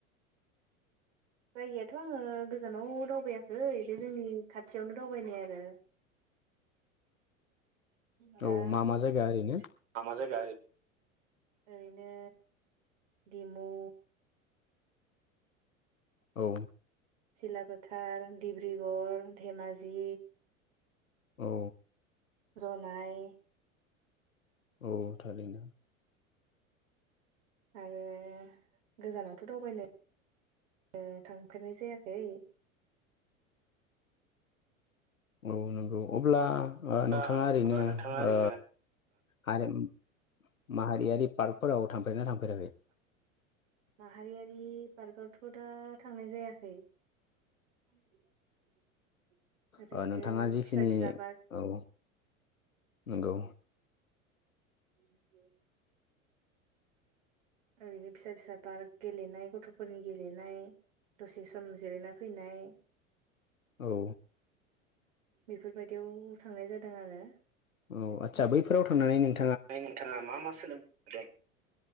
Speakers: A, on the right (about 60°); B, on the left (about 80°).
A: जायगायाथ' आङो गोजानाव दावबायाखै बे जोंनि खाथियावनो दावबायनाय आरो दा
B: औ मा मा जायगा ओरैनो
A: मा मा जायगा ओरै- ओरैनो दिमु
B: औ
A: सिलापोथार डिब्रिगर धेमाजि
B: औ
A: जनाइ
B: औ थारैनो
A: आरो गोजानावथ' दावबायनो ओ थांफेरनाय जायाखै
B: औ नंगौ अब्ला ओ नोंथाङा
A: दा
B: ओरैनो
A: नोंथाङा ओरैनो
B: ओ हारिम- माहारियारि पार्कफोराव थांफेरदोना थांफेराखै?
A: माहारियारि पार्कआवथ' दा थांनाय जायाखै <unintelligible> ओरैनो
B: अ ओ नोंथाङा जिखिनि
A: फिसा फिसा पार्क
B: औ नंगौ
A: <unintelligible> ओरैनो फिसा फिसा पार्क गेलेनाय गथ'फोरनि गेलेनाय दसे सम जिरायना फैनाय
B: औ
A: बेफोरबायदियाव थांनाय जादों आरो
B: औ आदसा बैफोराव थांनानै नों-
A: नानै नोंथाङा मा मा सोलोंनो मोनदों